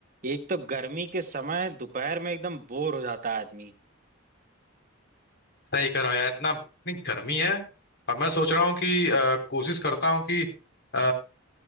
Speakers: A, on the right; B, on the left.
A: एक तो गर्मी के समय दोपहर में एकदम बोर हो जाता है आदमी
B: सही करो यार इतना इतनी गर्मी है अब मैं सोच रहा हूँ कि अ, कोशिश करता हूँ कि अ,